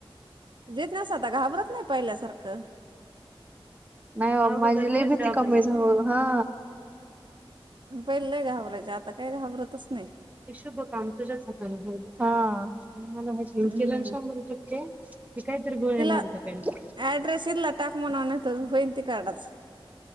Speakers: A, on the right (about 55°); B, on the right (about 15°).
A: जेत ना स्वतः घाबरत नाही पहिल्यासारखं.
B: नाही हो माझी लय भीती कमी <inaudible> हा.
A: पहिले लय घाबरायचे, आता काही घाबरतच नाही.
B: ते शुभ काम तुझ्याच हाताने होउदे.
A: हम्म
B: <inaudible> शंभर टक्के. ते काहीतरी
A: तिला
B: <inaudible>
A: ऍड्रेस इथला टाक म्हणावं नाही तर होईल तिकाडाच.